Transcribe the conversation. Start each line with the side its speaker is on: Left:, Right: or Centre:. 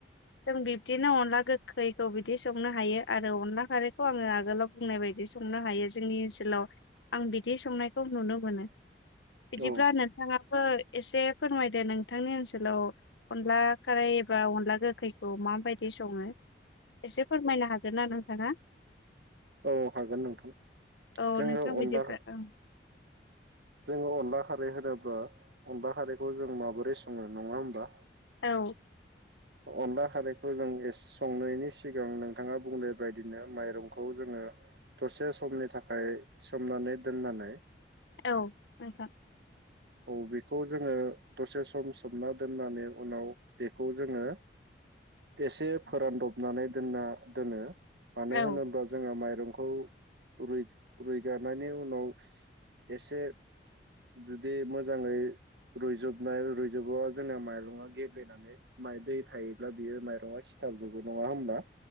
Left: जों बिब्दिनो अनला गोखैखौ बिदि संनो हायो आरो अनला खारैखौ आङो आगोलाव बुंनाय बायदि सं संनो हायो जोंनि ओनसोलाव आं बिदि संनायखौ नुनो मोनो। बिदिब्ला
Right: औ
Left: नोंथाङा? बो एसे फोरमायदो नोंथांनि ओनसोलाव अनला खाराय एबा अनला गोखै। खौ माबायदि सङो एसे फोरमायनो हागोन ना नोंथाङा?
Right: औ हागोन नोंथां
Left: औ
Right: जोङो
Left: नोंथां बिदिब्ला
Right: अनला।
Left: औ
Right: जोङो अनला खारै होनो। बा अनला खारैखौ जों माबोरै संनो नङा होमबा?
Left: औ
Right: अनला खारैखौ जों संनायनि सिगां नोंथाङा बुंनाय बादिनो माइरंखौ। खौ जोङो दसे समनि थाखाय सोमनानै दोननानै।
Left: औ नोंथां
Right: औ बेखौ जोङो दसे सम सोमना दोननानै उनाव बेखौ जोङो। एसे फोरानदबनानै दोनना दोनो मानो
Left: औ
Right: होनोबा जोंहा माइ। रंखौ रुय रुगनायनि उनाव एसे। जुदि मोजाङै। रुयजुबनाय रुइजुबोबा जोंना माइरङा गेब्लेनानै माइ दै थायोब्ला बियो माइरङा सि सिथाबजोबो नङा होमबा?